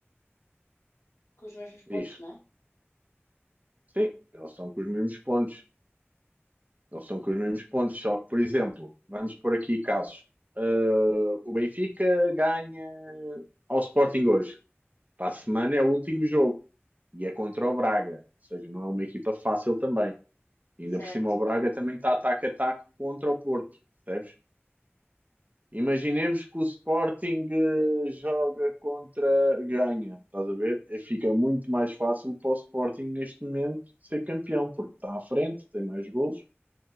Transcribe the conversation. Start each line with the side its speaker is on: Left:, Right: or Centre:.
Left: com os mesmos pontos,
Right: diz,
Left: não é?
Right: sim, eles estão com os mesmos pontos, Eles estão com os mesmos pontos, só que, por exemplo, vamos por aqui casos. Uh, o Benfica ganha ao Sporting hoje. Para a semana é o último jogo e é contra o Braga. Ou seja, não é uma equipa fácil também. Ainda
Left: Certo.
Right: por cima, o Braga também está ataque a ataque contra o Porto, percebes? Imaginemos que o Sporting eh, joga contra ganha, estás a ver? Eh, Fica muito mais fácil para o Sporting neste momento ser campeão, porque está à frente, tem mais golos.